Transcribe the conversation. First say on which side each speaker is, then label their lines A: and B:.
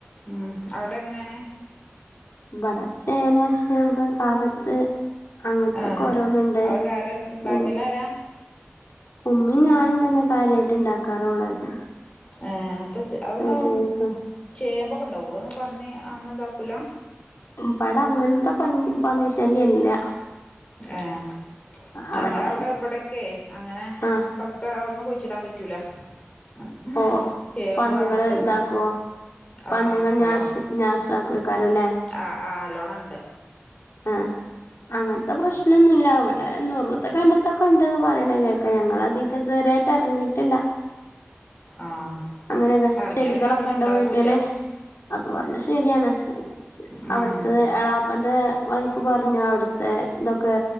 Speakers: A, on the left; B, on the left.
A: മം അവിടെ എങ്ങനെയാണ്-
B: ഇബാടെ ചേന ചേമ്പ് കാവത്ത് അങ്ങനത്തൊക്കെ
A: ആ
B: ഓരോന്നുണ്ട്
A: അതൊക്കെ ആരാ ഉണ്ടാക്കല്
B: പിന്നെ
A: ആരാ
B: ഉമ്മിം ഞാനും തന്നെ കാര്യായിട്ട് ഉണ്ടാക്കാറുള്ളത്.
A: ഏ അപ്പൊ അതൊന്ന
B: വീട്ടിലിരിക്ക
A: ചേമ്പൊക്കെ ഉണ്ടാവോ അതൊ പന്നി അങ്ങനെ ഇതാക്കൂല
B: ഉം പയ്താ അങ്ങൻത്തെ പഞ് പന്നിശല്യല്ല
A: ഏഹ് ഞങ്ങളവ്ടെ
B: അവിടെ
A: ബടെക്കെ അങ്ങനെ
B: ആഹ്
A: ഒ ക്കെ ഒന്നും കൂഴിച്ചിടാൻ പറ്റൂല ആ
B: ഓഹ
A: ചേമ്പ്
B: പന്നികള്
A: അങ്ങനത്തൊന്നും
B: താക്കോ
A: ആഹ്
B: പന്നികൾ
A: നല്ലോണം
B: നശ് നാസാക്കോ ക്കാരല്ലേ
A: ആഹ് ആഹ് അല്ലോണണ്ട്
B: ആഹ് അങ്ങൻത്തെ പ്രശ് ശനൊന്നുല്ല വടെ ന്നെറുത്തെ കണ്ടത്തൊക്കെ ഉണ്ട്ന്ന് പറയണ കേൾക്ക ഞങ്ങൾ അതികത് വരായിട്ട് ഇറങ്ങിയിട്ടില്ല
A: ആഹ്
B: അങ്ങനെയൊക്കെ
A: ഇറങ്ങിയ
B: ചെടികളൊക്കെ
A: പിന്നെ ഒന്നും
B: ണ്ടോ
A: ഉണ്ടാവൂല്ല
B: വീട്ടില് അത് പറഞ്ഞ ശരിയാണ്
A: ഉം
B: അവിടുത്തത് എളാപ്പന്റെ വൈഫ് പറഞ്ഞു അവിടു ത്തെ ഇതൊക്കെ